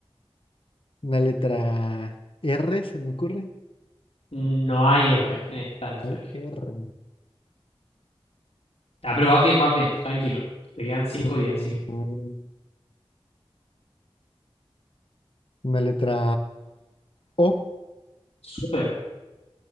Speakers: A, on the left (about 60°); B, on the left (about 90°).
A: Una letra R se me ocurre.
B: No hay R en esta historia.
A: Ay, R.
B: Ah, pero vas bien, vas bien, tranquilo. Te quedan cinco
A: Ujú.
B: días, así que.
A: Una letra O.
B: Súper.